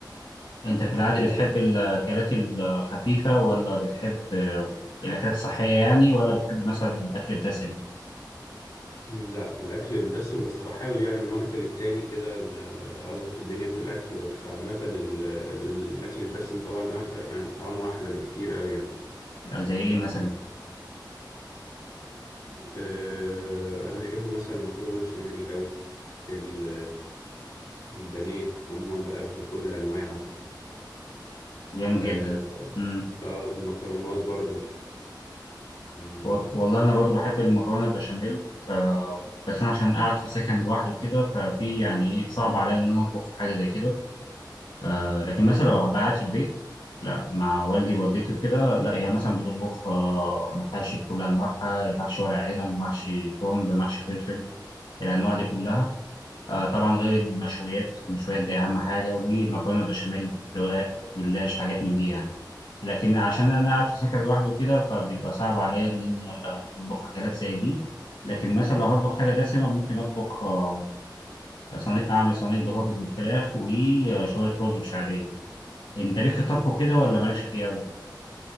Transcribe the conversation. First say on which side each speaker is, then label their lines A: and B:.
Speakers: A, on the left (about 80°); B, on the left (about 55°).
A: انت في العاده
B: آه،
A: بتحب الاكلات الخفيفه ولا بتحب آه، الاكلات الصحيه يعني ولا بتحب مثلا الاكل الدسم
B: لا الاكل الدسم بس بحاول يعني من وقت للتاني كده إن اظبط الدنيا في الاكل بس عامه ال- الاكل الدسم طبعا أ- يعني طعمه احلى بكتير قوي يعني
A: آه، زي ايه مثلا
B: أه، انا احب مثلا المكرونه بشاميل قوي ال- البانيه عموما بقى بكل انواعه
A: جامد
B: أه،
A: جدا امم
B: آه، المكرونات برضو م-
A: و- والله انا برضو بحب المكرونه البشاميل آه، بس انا عشان قاعد في سكن لوحدي وكده ففي يعني ايه صعب عليا ان انا اطبخ حاجه زي كده آه لكن مثلا لو هبقى قاعد في البيت لا مع والدي ووالدتي وكده لا هي مثلا بتطبخ آه محاشي بكل انواعها محشي ورق عنب محشي كرنب محشي فلفل الانواع دي كلها آه طبعا غير المشويات المشويات دي اهم حاجه والمكرونه البشاميل رقاق جلاش حاجات من دي يعني لكن عشان انا قاعد في سكن لوحدي وكده فبيبقى صعب عليا ان انا آه، اطبخ اكلات زي دي لكن مثلا لو هطبخ حاجه دسمه ممكن اطبخ آه، صينيه اعمل صينيه بطاطس بالفراخ وشويه رز بشعريه يعني انت ليك في الطبخ
B: م-
A: وكده ولا مالكش فيه قوي